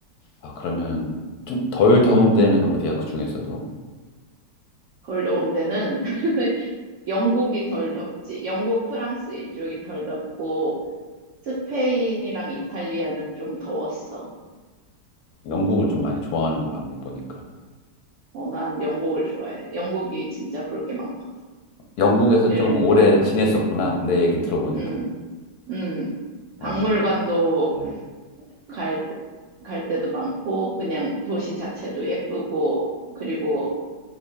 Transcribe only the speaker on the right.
덜 더운 데는 <laughs> 영국이 덜 덥지. 영국, 프랑스 이쪽이 덜 덥고 스페인이랑 이탈리아는 좀 더웠어.
어, 난 영국을 좋아해. 영국이 진짜 볼 게 많거든.
일-
음, 음. 박물관도
갈, 때- 갈 때도 많고, 그냥 도시 자체도 예쁘고, 그리고,